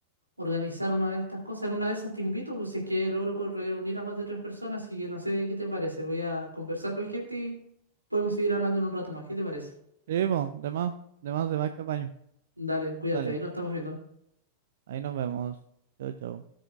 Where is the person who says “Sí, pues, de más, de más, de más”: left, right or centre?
Right